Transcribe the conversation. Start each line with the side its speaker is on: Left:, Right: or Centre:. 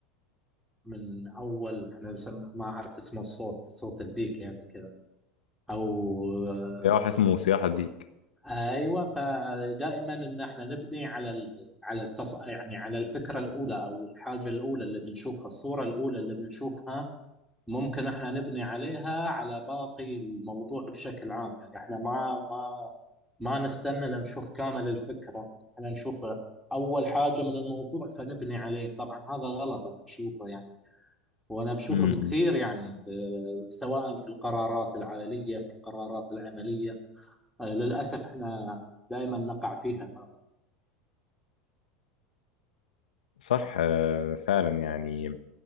Centre: من اول احنا نسم- ما اعرف اسمه الصوت صوت الديك يعني كذا او آه،
Left: سياح اسمه سياح الديك
Centre: ايوه فدائما ان احنا نبني على ال- على التص... يعني على الفكره الاولى او الحاجه الاولى اللي بنشوفها الصوره الاولى اللي بنشوفها ممكن احنا نبني عليها على باقي الموضوع بشكل عام يعني احنا ما ما ما نستنى لنشوف كامل الفكرة احنا نشوف اول حاجة من الموضوع فنبني عليه طبعا هذا غلط انا بشوفه يعني وانا بشوفه
Left: م- م.
Centre: بكثير يعني ب- سواء في القرارات العائلية في القرارات العملية آه، للأسف احنا دائما نقع فيها هذا
Left: صح آه، فعلا يعني